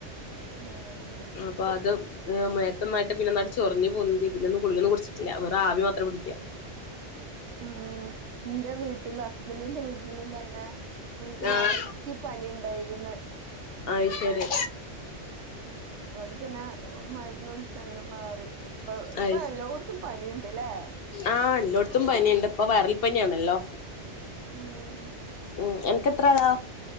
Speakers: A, on the right; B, on the left.
A: ആഹ്
B: അപ്പൊഅതും ഏഹ് മേതോന്നായിട്ട് പിന്നൊന്നായ്ട്ട് ചൊറിഞ്ഞു പൊന്തി പിന്നും കുളികന്നും കുടിച്ചിട്ടില്ല വേറ ആവി മാത്രം പിടിക്ക്യ.
A: ആഹ് ഇന്റെ വീട്ട്ലും ഹസ്ബന്റിന്റെ വീട്ടിലും തന്നെ വീട്ടില്
B: ആഹ്
A: അടക്കി പനി ഇണ്ടായിര്ന്ന്.
B: ആത് ശരി.
A: ഇങ്ങട്ട് പിന്നെ മരുന്ന് കുട്ച്ചങ്ങനെ മാറി ഇപ്പ ഇപ്പ
B: അയ്
A: എല്ലോട്ത്തും പനിണ്ട്ല്ലേ?
B: ആഹ് എല്ലാട്‌ത്തും പനിണ്ട് ഇപ്പൊ വൈറൽ പനി ആണല്ലോ.
A: ഉം ഉം.
B: ഉ അൻക്ക് എത്ര ആളാ?